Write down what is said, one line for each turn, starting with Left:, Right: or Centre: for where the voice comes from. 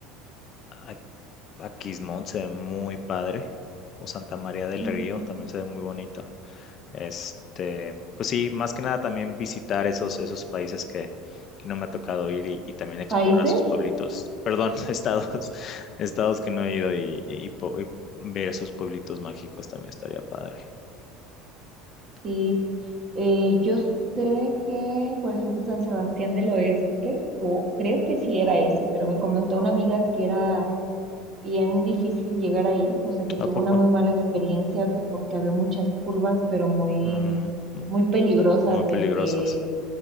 Left: A, a Quismón se ve muy padre. O Santa María del
Right: Ujú.
Left: Río también se ve muy bonito. Este, pues sí, más que nada también visitar esos, esos países que, que no me ha tocado ir y, y también explorar
Right: ¿Países?
Left: sus pueblitos, perdón, <laughs> estados, estados que no he ido y, y po- y ver sus pueblitos mágicos también estaría padre.
Right: Sí, eh, yo sé que, por ejemplo, San Sebastián del Oeste, o creo que sí era ese, pero me comentó una amiga que era bien difícil llegar ahí, o sea, que tuvo
Left: ¿A poco?
Right: una muy mala experiencia que porque había muchas curvas, pero muy,
Left: Mm, mu-
Right: muy peligrosas
Left: muy peligrosas
Right: de que,